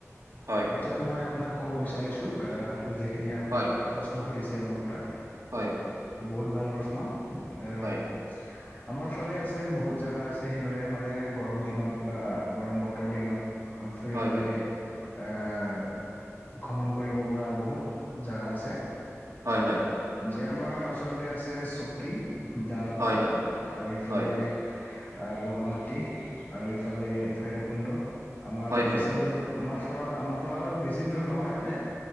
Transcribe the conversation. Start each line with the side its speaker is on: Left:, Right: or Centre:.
Right: হয়
Left: এতিয়া মই আপোনাক ক'ব বিচাৰিছো এ যিখিনি আপুনি
Right: হয়
Left: প্ৰশ্ন সুধিছে মোৰ তাত
Right: হয়
Left: বহুত ভাল প্ৰশ্ন আহ
Right: হয়
Left: আমাৰ ফালে আছে বহুত জেগা আছে সেইদৰে মানে গৰম দিনত বা গৰম বতৰ দিনত আৰু ফুৰিবলে
Right: হয় হয়
Left: ভ্ৰমণ কৰিব পৰা বহুত জেগা আছে
Right: হয় হয়
Left: যে আমাৰ ওচৰতে আছে চকী দাৰাগাঁও
Right: হয় হয়
Left: আৰু ইফালে
Right: হয়
Left: আহ বগামাটি আৰু ইফালে ভৈৰৱ কুণ্ড আমাৰ
Right: হয় হয়
Left: বেছি দূৰ আমাৰ আমাৰ পৰা বেছি দূৰ নহয় মানে